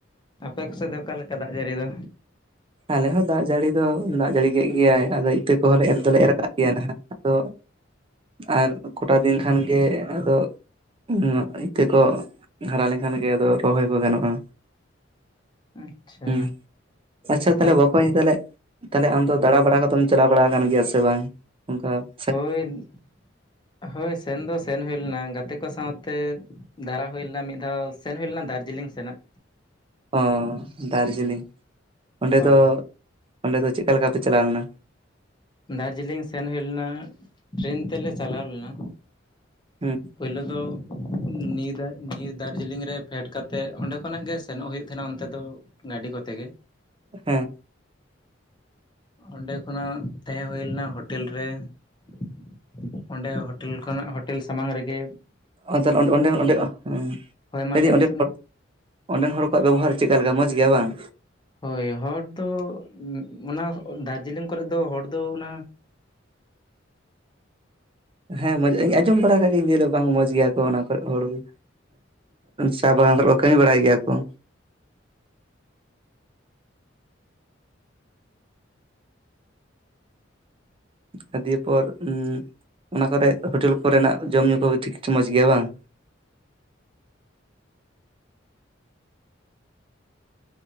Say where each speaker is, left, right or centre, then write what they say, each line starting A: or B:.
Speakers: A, on the left; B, on the right.
A: ᱟᱯᱮ ᱠᱚᱥᱮᱫ ᱫᱚ ᱚᱠᱟ ᱞᱮᱠᱟ ᱫᱟᱜ ᱡᱟᱹᱲᱤ ᱫᱚ?
B: ᱟᱞᱮ ᱦᱚᱸ ᱫᱟᱜ ᱡᱟᱹᱲᱤ ᱫᱚ ᱫᱟᱜ ᱡᱟᱹᱲᱤ ᱠᱮᱫ ᱜᱮᱭᱟᱭ ᱟᱫᱚ ᱤᱛᱟᱹ ᱠᱚᱦᱚᱸ ᱮᱨ ᱫᱚᱞᱮ ᱮᱨ ᱟᱠᱟᱜ ᱜᱮᱭᱟ ᱱᱟᱦᱟᱸᱜ। ᱟᱫᱚ ᱟᱨ ᱠᱚᱴᱟ ᱫᱤᱱ ᱠᱷᱟᱱ ᱜᱮ ᱟᱫᱚ ᱼᱼ <unintelligible> ᱤᱛᱟᱹ ᱠᱚ ᱦᱟᱨᱟ ᱞᱮᱱᱠᱷᱟᱱ ᱜᱮ ᱟᱫᱚ ᱨᱚᱦᱚᱭ ᱠᱚ ᱜᱟᱱᱚᱜᱼᱟ।
A: ᱟᱪᱪᱷᱟ
B: ᱦᱩᱸ ᱟᱪᱪᱷᱟ ᱛᱟᱦᱟᱞᱮ
A: ᱛᱟᱦᱚᱞᱮ
B: ᱵᱚᱠᱚᱧ ᱛᱟᱦᱟᱞᱮ ᱟᱢ ᱫᱚ ᱫᱟᱬᱟ ᱵᱟᱲᱟ ᱠᱚᱫᱚᱢ ᱪᱟᱞᱟᱣ ᱵᱟᱲᱟ ᱟᱠᱟᱱ ᱜᱮᱭᱟ ᱥᱮ ᱵᱟᱝ? ᱚᱱᱠᱟ ᱼᱼ
A: ᱦᱳᱭ ᱦᱳᱭ ᱥᱮᱱ ᱫᱚ ᱥᱮᱱ ᱦᱩᱭ ᱞᱮᱱᱟ ᱜᱟᱛᱮ ᱠᱚ ᱥᱟᱶᱛᱮ। ᱫᱟᱨᱟ ᱦᱩᱭ ᱞᱮᱱᱟ ᱢᱤᱫ ᱫᱷᱟᱣ ᱥᱮᱱ ᱦᱩᱭ ᱞᱮᱱᱟ ᱫᱟᱨᱡᱤᱞᱤᱝ ᱥᱮᱱᱟᱜ
B: ᱚᱻ ᱫᱟᱨᱡᱤᱞᱤᱝ ᱚᱸᱰᱮ
A: ᱦᱳᱭ
B: ᱫᱚ ᱚᱸᱰᱮ ᱫᱚ ᱪᱮᱫᱠᱟ ᱞᱮᱠᱟ ᱯᱮ ᱪᱟᱞᱟᱣ ᱞᱮᱱᱟ
A: ᱫᱟᱨᱡᱤᱞᱤᱝ ᱥᱮᱱ ᱦᱩᱭ ᱞᱮᱱᱟ ᱴᱨᱮᱹᱱ ᱛᱮᱞᱮ ᱪᱟᱞᱟᱣ ᱞᱮᱱᱟ
B: ᱦᱩᱸ
A: ᱯᱳᱭᱞᱳ ᱫᱚ ᱱᱤᱭᱩ ᱫᱟᱨ ᱱᱤᱭᱩ ᱫᱟᱨᱡᱤᱞᱤᱝ ᱨᱮ ᱯᱷᱮᱰ ᱠᱟᱛᱮᱫ ᱚᱸᱰᱮ ᱠᱷᱚᱱᱟᱜ ᱜᱮ ᱥᱮᱱᱚᱜ ᱦᱩᱭᱩᱜ ᱛᱟᱦᱮᱱᱟ ᱚᱱᱛᱮ ᱫᱚ ᱾ ᱜᱟᱹᱰᱤ ᱠᱚᱛᱮ ᱜᱮ ᱾
B: ᱦᱮᱸ
A: ᱚᱸᱰᱮ ᱠᱷᱚᱱᱟᱜ ᱛᱟᱦᱮᱸ ᱦᱩᱭ ᱞᱮᱱᱟ ᱦᱳᱴᱮᱞ ᱨᱮ ᱾ ᱚᱸᱰᱮ ᱦᱳᱴᱮᱞ ᱠᱷᱚᱱᱟᱜ ᱦᱳᱴᱮᱞ ᱥᱟᱢᱟᱝ ᱨᱮᱜᱮ ᱾
B: ᱟᱨ ᱛᱟᱦᱚᱞᱮ ᱚᱸᱰᱮ ᱚᱸᱰᱮ ᱦᱮᱸ ᱞᱟᱹᱭᱫᱟᱹᱧ
A: ᱦᱳᱭ ᱢᱟ ᱞᱟᱹᱭ
B: ᱚᱸᱰᱮ
A: ᱢᱮ ᱪᱮᱫ ᱮᱢ ᱞᱟᱹᱭ
B: ᱚᱸᱰᱮᱱ ᱦᱚᱲ ᱠᱚᱣᱟᱜ ᱵᱮᱵᱚᱦᱟᱨ ᱪᱮᱫ ᱞᱮᱠᱟ ᱢᱚᱸᱡᱽ ᱜᱮᱭᱟ ᱵᱟᱝ?
A: ᱦᱳᱭ ᱦᱚᱲ ᱫᱚ ᱚᱱᱟ ᱫᱟᱨᱡᱤᱞᱤᱝ ᱠᱚᱨᱮ ᱫᱚ ᱦᱚᱲ ᱫᱚ ᱚᱱᱟ
B: ᱦᱮᱸ ᱢᱚ ᱤᱧ ᱟᱸᱡᱚᱢ ᱵᱟᱲᱟ ᱠᱟᱜ ᱜᱤᱭᱟᱹᱧ ᱵᱟᱝ ᱢᱚᱸᱡᱽ ᱜᱮᱭᱟ ᱠᱚ ᱚᱱᱟ ᱠᱚᱨᱮᱜ ᱦᱚᱲ ᱫᱚ ᱪᱟᱭ ᱵᱟᱜᱟᱱ ᱠᱚᱨᱮ ᱠᱚ ᱠᱟᱹᱢᱤ ᱵᱟᱲᱟᱭ ᱜᱮᱭᱟ ᱠᱚ ᱾ ᱟᱨ ᱫᱤᱭᱯᱚᱨ ᱚᱱᱟ ᱠᱚᱨᱮ ᱦᱳᱴᱮᱞ ᱠᱚᱨᱮᱱᱟᱜ ᱡᱚᱢ ᱧᱩ ᱠᱚ ᱴᱷᱤᱠ ᱴᱷᱟᱠ ᱢᱚᱸᱡᱽ ᱜᱮᱭᱟ ᱵᱟᱝ?